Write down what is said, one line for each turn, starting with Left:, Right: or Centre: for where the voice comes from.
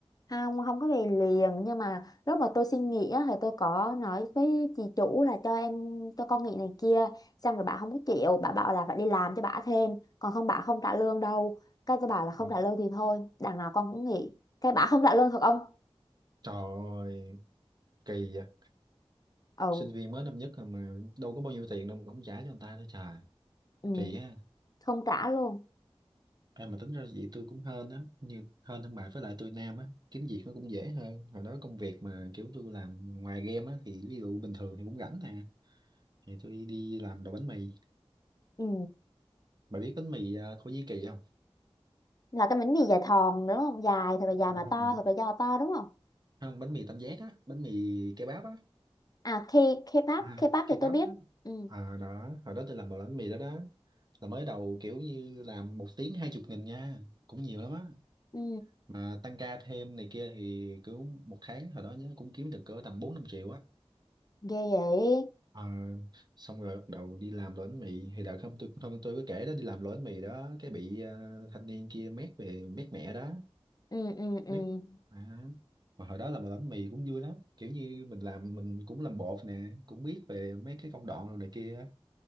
Left: không không có về liền nhưng mà lúc mà tôi xin nghỉ á, thì tôi có nói với chị chủ là cho em cho con nghỉ này kia xong rồi bà không có chịu bà bảo là phải đi làm cho bà thêm còn không bà không trả lương đâu cái tôi bảo là không
Right: Ờ,
Left: trả lương thì thôi đằng nào con cũng nghỉ cái bà không trả lương thật ông
Right: trời ơi kỳ vậy
Left: ừ
Right: sinh viên mới năm nhất rồi mà đâu có bao nhiêu tiền đâu mà cũng không trả cho người ta nữa trời
Left: ừ
Right: kỳ á
Left: không trả luôn
Right: À, mà tính ra vậy tôi cũng hên á như hên thương mại với lại tôi nam á kiếm việc nó cũng dễ hơn hồi đó công việc mà kiểu tôi làm ngoài game á thì ví dụ bình thường thì cũng rảnh nè thì tôi đi làm đồ bánh mì
Left: ừ
Right: bà biết bánh mì à, Thổ Nhĩ Kỳ không
Left: là cái bánh mì dài thòn đúng không dài thật là dài
Right: à,
Left: mà
Right: không
Left: to thật là do to đúng không
Right: không bánh mì tam giác á bánh mì kebab á
Left: à K K-pop
Right: à,
Left: K-pop
Right: kebab
Left: thì tôi biết
Right: á
Left: ừ
Right: à, đó hồi đó tôi làm đồ bánh mì đó đó là mới đầu kiểu như làm một tiếng hai chục nghìn nha cũng nhiều lắm á
Left: ừ
Right: mà tăng ca thêm này kia thì cứ một tháng hồi đó nhớ cũng kiếm được cỡ tầm bốn năm triệu á
Left: ghê vậy
Right: Ờ, xong rồi bắt đầu đi làm đồ bánh mì thì đợt không tôi không tôi có kể đó đi làm đồ bánh mì đó cái bị ờ, thanh niên kia mét về mét mẹ đó
Left: ừ ừ ừ
Right: mét à, mà hồi đó làm đồ bánh mì cũng vui lắm kiểu như mình làm mình cũng làm bột nè cũng biết về mấy cái công đoạn rồi này kia á.